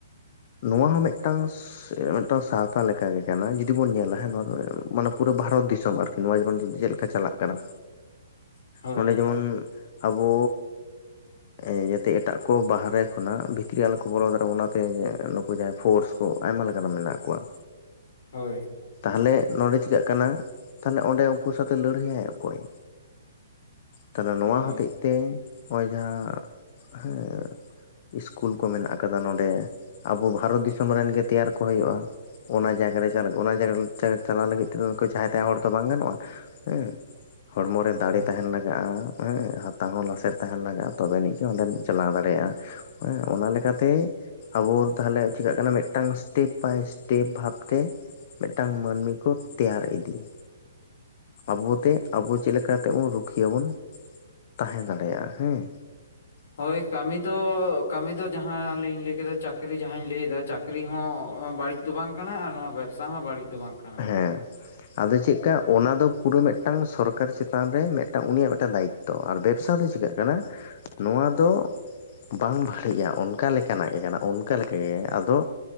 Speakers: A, on the left; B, on the left.
A: ᱱᱚᱣᱟ ᱦᱚᱸ ᱢᱮᱫ ᱴᱟᱝ ᱢᱮᱫ ᱴᱟᱝ ᱥᱟᱶᱛᱟ ᱞᱮᱠᱟ ᱜᱮ <unintelligible> ᱡᱩᱫᱤ ᱵᱚᱱ ᱧᱮᱞᱟ ᱦᱮᱸ ᱢᱟᱱᱮ ᱯᱩᱨᱟᱹ ᱵᱷᱟᱨᱚᱛ ᱫᱤᱥᱚᱢ ᱟᱨᱠᱤ ᱱᱚᱣᱟ ᱡᱮᱢᱚᱱ ᱪᱮᱫ ᱞᱮᱠᱟ ᱪᱟᱞᱟᱜ ᱠᱟᱱᱟ
B: ᱦᱳᱭ
A: ᱱᱚᱰᱮ ᱡᱮᱢᱚᱱ ᱟᱵᱚ ᱮᱸᱻ ᱡᱟᱛᱮ ᱮᱴᱟᱜ ᱠᱚ ᱵᱟᱦᱨᱮ ᱠᱷᱚᱱᱟᱜ ᱵᱷᱤᱛᱨᱤ ᱟᱞᱚ ᱠᱚ ᱵᱚᱞᱚ ᱫᱟᱲᱮᱜ ᱚᱱᱟᱛᱮ ᱡᱮ‌ ᱮᱸ ᱱᱩᱠᱩ ᱡᱟᱦᱟᱸᱭ ᱯᱷᱳᱨᱥᱼᱼ ᱠᱚ ᱟᱭᱢᱟ ᱞᱮᱠᱟ ᱫᱚ ᱢᱮᱱᱟᱜ ᱠᱚᱣᱟ᱾
B: ᱦᱳᱭ᱾
A: ᱛᱟᱦᱚᱞᱮ ᱱᱚᱸᱰᱮ ᱪᱤᱠᱟᱜ ᱠᱟᱱᱟ ᱛᱟᱦᱞᱮ ᱚᱸᱰᱮ ᱩᱱᱠᱩ ᱥᱟᱶᱛᱮ ᱞᱟᱹᱲᱦᱟᱹ <unintelligible> ᱠᱚᱭ? ᱛᱟᱦᱚᱞᱮ ᱱᱚᱣᱟ
B: ᱦᱳᱭ
A: ᱦᱚᱛᱮᱡ ᱛᱮ ᱱᱚᱜᱼᱚᱸᱭ ᱡᱟᱦᱟᱸ ᱦᱮᱸᱼᱼ ᱤᱥᱠᱩᱞ ᱠᱚ ᱢᱮᱱᱟᱜ ᱟᱠᱟᱫᱟ ᱱᱚᱰᱮ ᱟᱵᱚ ᱵᱷᱟᱨᱚᱛ ᱫᱤᱥᱚᱢ ᱨᱮᱱ ᱜᱮ ᱛᱮᱭᱟᱨ ᱠᱚ ᱦᱚᱭᱩᱜ-ᱟ᱾ ᱚᱱᱟ ᱡᱟᱭᱜᱟ ᱨᱮᱼᱼ <unintelligible> ᱠᱚ ᱚᱱᱟ ᱡᱟᱭᱜᱟ ᱨᱮᱞ ᱪᱟᱞ ᱪᱟᱞᱟᱣ ᱞᱟᱹᱜᱤᱫ ᱛᱮᱫᱚ ᱠᱩ ᱡᱟᱦᱟᱸᱭ ᱛᱟᱦᱟᱸᱭ ᱦᱚᱲ ᱫᱚ ᱵᱟᱝ ᱜᱟᱱᱚᱜ-ᱟ ᱦᱮᱸ ᱦᱚᱲᱢᱚ ᱨᱮ ᱫᱟᱲᱮ
B: ᱦᱳᱭ
A: ᱛᱟᱦᱮᱸᱱ ᱞᱟᱜᱟᱜ-ᱟ᱾ ᱦᱮᱸ ᱦᱟᱛᱟᱝ ᱦᱚᱸ ᱞᱟᱥᱮᱨ ᱛᱟᱦᱮ ᱞᱟᱜᱟ ᱟ ᱛᱚᱵᱮ ᱟᱹᱱᱤᱡ ᱜᱮ ᱚᱸᱰᱮᱢ ᱪᱟᱞᱟᱣ ᱫᱟᱲᱮᱭᱟᱜᱼᱟ ᱦᱮ ᱚᱱᱟ ᱞᱮᱠᱟᱛᱮ ᱟᱵᱚ ᱵᱚᱱ ᱛᱟᱦᱚᱞᱮ ᱪᱤᱠᱟᱜ ᱠᱟᱱᱟ ᱢᱮᱜᱴᱟᱝ ᱮᱥᱴᱮᱯ ᱵᱟᱭ ᱮᱥᱴᱮᱯ ᱵᱷᱟᱵᱽ ᱛᱮᱼᱼ ᱢᱤᱫᱴᱟᱝ ᱢᱟᱹᱱᱢᱤ ᱠᱚ ᱛᱮᱭᱟᱨ ᱤᱫᱤᱜ᱾ ᱟᱵᱚ ᱛᱮ ᱟᱵᱚ ᱪᱮᱜ ᱞᱮᱠᱟ ᱛᱮ ᱵᱩᱱ ᱨᱩᱠᱷᱤᱭᱟᱹ ᱵᱩᱱ ᱛᱟᱦᱮᱸ ᱫᱟᱲᱮᱭᱟᱜ-ᱟ ᱦᱮᱸ᱾
B: ᱦᱚᱭ ᱠᱟᱢᱤ ᱫᱚ ᱠᱟᱢᱤ ᱫᱚ ᱡᱟᱦᱟᱸ ᱞᱤᱧ ᱞᱟᱹᱭ ᱠᱮᱫᱟ ᱪᱟᱠᱨᱤ ᱡᱟᱦᱟᱸᱧ ᱞᱟᱹᱭ ᱫᱟ ᱪᱟᱠᱼᱼ ᱪᱟᱹᱠᱨᱤ ᱦᱚᱸ ᱵᱟᱲᱤᱡ ᱫᱚ ᱵᱟᱝ ᱠᱟᱱᱟ ᱟᱨ ᱱᱚᱣᱟ ᱵᱮᱵᱽᱥᱟ ᱦᱚᱸ ᱵᱟᱲᱤᱡ ᱫᱚ ᱵᱟᱝ ᱠᱟᱼᱼ
A: ᱦᱮᱸ ᱟᱫᱚ ᱪᱮᱜ ᱠᱟᱼᱼ ᱚᱱᱟ ᱫᱚ ᱯᱩᱨᱟᱹ ᱢᱤᱫᱴᱟᱝ ᱥᱚᱨᱠᱟᱨ ᱪᱮᱛᱟᱱ ᱨᱮ ᱢᱤᱫᱴᱟᱝ ᱩᱱᱤᱭᱟᱜ ᱢᱤᱫᱴᱟᱝ ᱫᱟᱭᱤᱛᱛᱚ ᱟᱨ ᱵᱮᱵᱽᱥᱟ ᱫᱚ ᱪᱤᱠᱟᱜ ᱠᱟᱱᱟᱼᱼ ᱱᱚᱣᱟ ᱫᱚ ᱵᱟᱝ ᱵᱷᱟᱞᱤᱭᱟ ᱚᱱᱠᱟ ᱞᱮᱠᱟ ᱱᱟᱜ ᱜᱮ ᱠᱟᱱᱟ ᱚᱱᱠᱟ ᱞᱮᱠᱟ ᱜᱮ ᱟᱫᱚᱼᱼ